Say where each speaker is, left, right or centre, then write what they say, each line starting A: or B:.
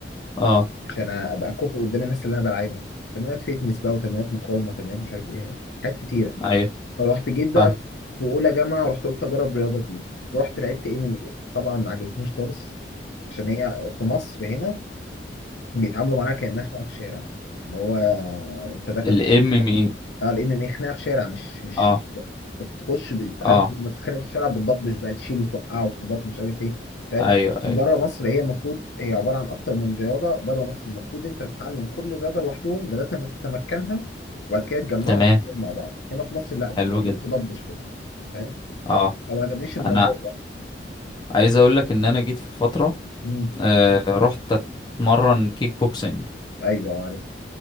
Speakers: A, on the left (about 25°); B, on the left (about 75°).
A: اه
B: عشان ابقى كوفي قدام الناس اللي انا بلعبها تمرينات فيتنس بقى وتمرينات مقاومه تمرينات مش عارف ايه حاجات كتيره
A: ايوه
B: فرحت جيت بقى
A: فاهم
B: في اولى جامعه رحت قلت اجرب رياضه جديده رحت لعبت ام ام ايه طبعا ما عجبتنيش خالص عشان هي في مصر هنا بيتعاملوا معاها كانها خناقه في الشارع اللي هو انت داخل
A: الام ام اي
B: اه الام ام اي خناقه في شارع مش مش
A: اه
B: بتخش ب- انت عارف
A: اه
B: لما بتتخانق في الشارع بتضبش بقى تشيل وتوقع وتخبط ومش عارف ايه فاهم
A: ايوه
B: بره
A: ايوه
B: مصر هي المفروض هي عباره عن اكتر من رياضه بره مصر المفروض انت تتعلم كل رياضه لوحدهم لغايه لما تتمكنها وبعد كده تجمعهم
A: تمام
B: مع بعض هنا في مصر لا بيخليك
A: حلو جدا
B: تضبش كده فاهم
A: اه
B: فما عجبنيش الموضوع
A: انا
B: ده
A: عايز اقول لك ان انا جيت في فترة
B: امم
A: آه رحت اتمرن كيك بوكسنج
B: ايوه عارف